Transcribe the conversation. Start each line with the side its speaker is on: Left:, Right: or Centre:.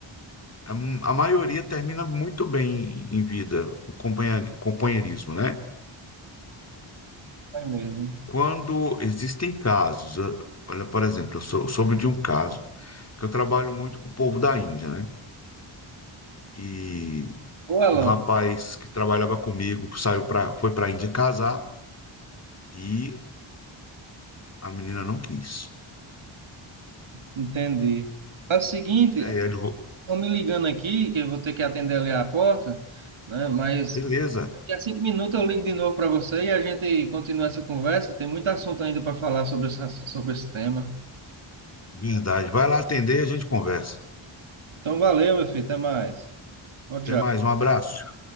Left: a, a maioria termina muito bem em vida, o companhia- o companheirismo, né?
Right: aí mesmo.
Left: Quando existem casos, eh, olha, por exemplo, eu sou, soube de um caso que eu trabalho muito com o povo da Índia, né? E
Right: Ô, Alan,
Left: um rapaz que trabalhava comigo saiu para, foi para a Índia casar e a menina não quis,
Right: entendi. Faz o seguinte,
Left: né? E aí ele falou,
Right: estão me ligando aqui, que eu vou ter que atender ali a porta, né? Mas
Left: beleza,
Right: Daqui a cinco minutos eu ligo de novo para você e a gente continua essa conversa. Tem muito assunto ainda para falar sobre essa, sobre esse tema.
Left: verdade, vai lá atender, e a gente conversa.
Right: Então, valeu, meu filho. Até mais. Tchau, tchau.
Left: Até mais, um abraço.